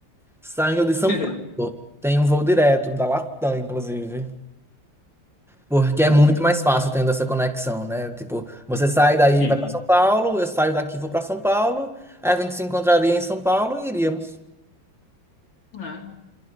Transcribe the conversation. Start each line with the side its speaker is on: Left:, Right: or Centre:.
Centre: Saindo de São
Left: <laughs>
Centre: Paulo. Tem um voo direto da Latam, inclusive. Porque é
Left: Bom,
Centre: muito mais fácil tendo essa conexão, né? Tipo, você sai daí,
Left: sim.
Centre: e vai para São Paulo, eu saio daqui, e vou para São Paulo, aí a gente se encontraria em São Paulo e iríamos.
Left: né?